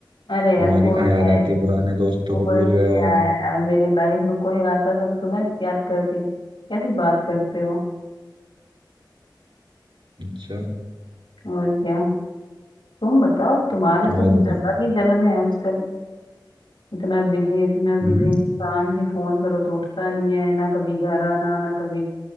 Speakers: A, on the left; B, on the right.
A: अरे यार
B: हमारी
A: कोई
B: कहाँ
A: नहीं
B: याद
A: आया
B: आती है पुराने दोस्तों
A: कोई
B: को भूल
A: नहीं
B: गए हो
A: आया
B: आप
A: यार मेरी लाइफ में कोई आता तो मैं तुम्हें याद करती कैसी बात करते हो
B: अच्छा
A: और क्या तुम बताओ तुम्हारे तो
B: और
A: कुछ
B: बताओ
A: अलग ही जलवे हैं आजकल इतना बिजी इतना बिजी
B: हम्म
A: इंसान की फोन करो तो उठता नहीं है ना कभी घर आना ना कभी